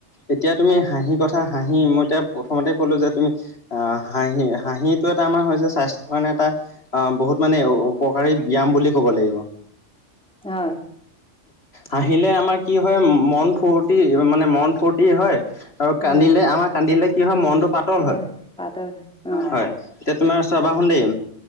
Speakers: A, on the left; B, in the centre.
A: এতিয়া তুমি হাঁহি কথা হাঁহি মই এতিয়া প্ৰথমতে ক'লো যে তুমি অ হাঁহি হাঁহিটো এটা আমাৰ হৈছে স্বাস্থ্য ৰ কাৰণে এটা অ বহুত মানে উপকাৰী ব্যায়াম বুলি ক'ব লাগিব।
B: হয়।
A: হাঁহিলে আমাৰ কি হয় মন ফূৰ্তি মানে মন ফূৰ্তি হয়, আৰু কান্দিলে
B: হয়
A: আমাৰ কান্দিলে কি হয় মনটো পাতল
B: এ
A: হয়।
B: পাতৰ অ
A: হয়, এতিয়া তোমাৰ চাবাচোন
B: হয়
A: দেই।